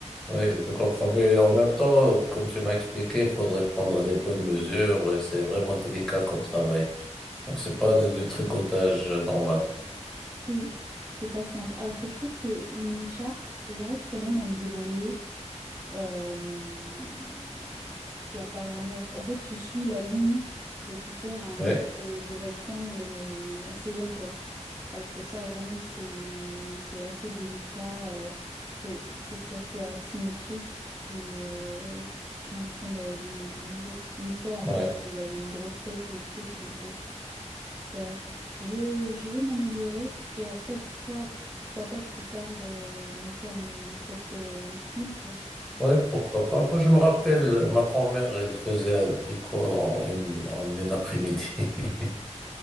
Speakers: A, in the centre; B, on the right.
A: oui, je comprends. Mais en même temps, euh, comme tu m'as expliqué, il faudrait prendre des bonnes mesures. et C'est vraiment délicat comme travail. Donc, c'est pas du du tricotage euh, normal.
B: Oui, c'est pas simple. Alors que je trouve que une écharpe, j'arrive quand même à me débrouiller. Euh, tu, tu as pas vraiment. En fait, tu suis la ligne et tu fais un
A: Oui,
B: sorte de, de rectangle, mais assez lent, quoi. Alors que ça, vraiment, c'est c'est assez délicat. euh, faut, faut que ça soit symétrique et euh, bien prendre les, les mesures. Une fois, en fait,
A: oui.
B: il avait une grosse tête, le truc, donc. euh, voilà quoi. Je, je vais m'améliorer et après, pourquoi, pourquoi pas plus tard euh, me faire mes propres euh, pulls, quoi.
A: Oui,
B: Ça-
A: pourquoi pas. Moi, je me rappelle, ma grand-mère, elle faisait un tricot en une, en une après-midi. <laughs>